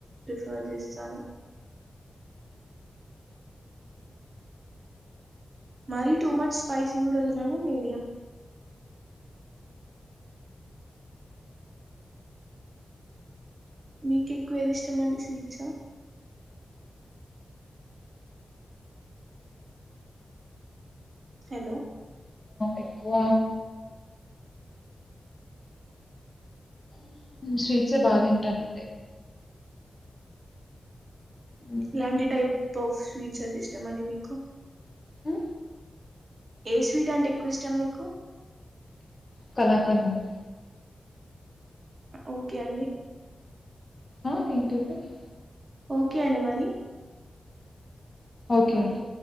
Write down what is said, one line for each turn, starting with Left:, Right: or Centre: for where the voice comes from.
Right: ప్రిఫర్ చేస్తాను. మరి టూ మచ్ స్పైసి కూడా తినను మీడియం. మీకు ఎక్కువ ఏది ఇష్టమండి స్వీట్స్ ఆ హలో
Left: ఎక్కువ స్వీట్సే బాగా తింటానండి. హ్మ్.
Right: ఏలాంటి టైప్. టాఫ్ స్వీట్స్ అంటే ఇష్టామ అండి మీకు
Left: హ
Right: ఏ స్వీట్ అంటే ఎక్కువ ఇష్టం మీకు
Left: కళాకర్ నుడి
Right: ఓకే అండి
Left: ఆ ఏంటింటడి
Right: ఓకే అండి మరి
Left: ఓకే
Right: బాయ్
Left: అండి